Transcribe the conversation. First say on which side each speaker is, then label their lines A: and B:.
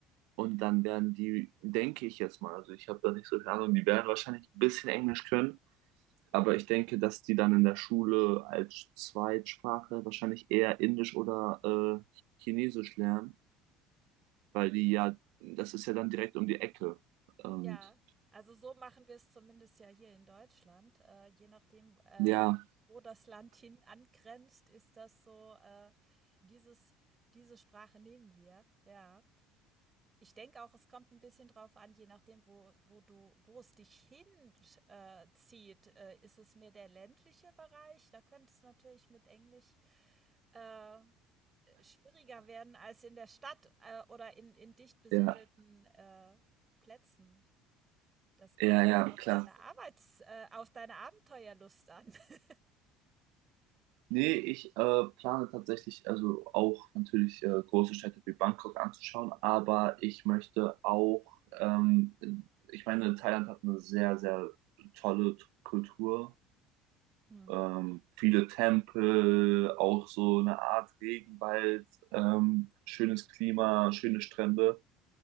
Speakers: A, on the right; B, on the right.
A: Und dann werden die, denke ich jetzt mal, also ich habe da nicht so viel Ahnung, die werden wahrscheinlich ein bisschen Englisch können Aber ich denke, dass die dann in der Schule als Zweitsprache wahrscheinlich eher Indisch oder äh, Chinesisch lernen, weil die ja, das ist ja dann direkt um die Ecke. Und
B: Ja, also so machen wir es zumindest ja hier in Deutschland. Äh, je nachdem, äh,
A: ja,
B: wo wo das Land hin angrenzt, ist das so, äh, dieses, diese Sprache nehmen wir. Ja. Ich denke auch, es kommt ein bisschen drauf an, je nachdem, wo, wo du, wo es dich hinzieht. Äh, zieht. äh, ist es mehr der ländliche Bereich? Da könnte es natürlich mit Englisch äh, schwieriger werden als in der Stadt äh, oder in, in dicht besiedelten
A: ja,
B: äh, Plätzen. Das
A: ja,
B: kommt dann
A: ja,
B: auf
A: klar.
B: deine Arbeits äh, auf deine Abenteuerlust an. <laughs>
A: Nee, ich äh, plane tatsächlich, also auch natürlich äh, große Städte wie Bangkok anzuschauen, aber ich möchte auch, ähm, ich meine, Thailand hat eine sehr, sehr tolle Kultur
B: Mhm.
A: ähm, viele Tempel, auch so eine Art Regenwald, ähm, schönes Klima, schöne Strände.